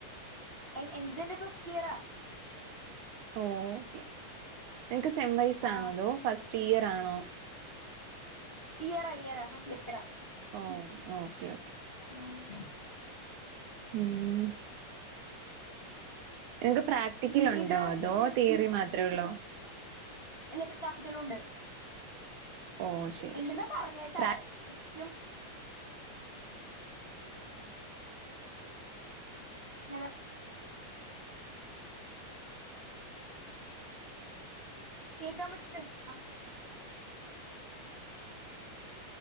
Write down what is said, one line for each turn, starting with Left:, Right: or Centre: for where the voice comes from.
Left: അയിന് എന്തിനെന്റെ ഫസ്റ്റ് ഇയറാ
Right: ഓക്കെ നിങ്ങക്ക് സെം വൈസാണോ
Left: ആ
Right: അതോ ഫസ്റ്റ് ഇയർ ആണോ
Left: ഇയറ ഇയറ ഫസ്റ്റ് ഇയറ
Right: ഓ ഓക്കേ ഓക്കേ
Left: ആഹ്
Right: ഉം നിനിക്ക് പ്രാക്ടിക്കൽ
Left: വീട്ടിലാരൊക്കെയുണ്ട്
Right: ഉണ്ടോ അതോ തീയറി മാത്രേ ഉള്ളൂ
Left: എല്ല <unintelligible> കലുണ്ട്
Right: ഓ ശരി
Left: ഉണ്ടന്ന്
Right: ശരി
Left: പറഞ്ഞേട്ടാ
Right: പ്രാ
Left: എനിക്കും ഹലോ കേക്കാ പറ്റുന്നുണ്ടാ.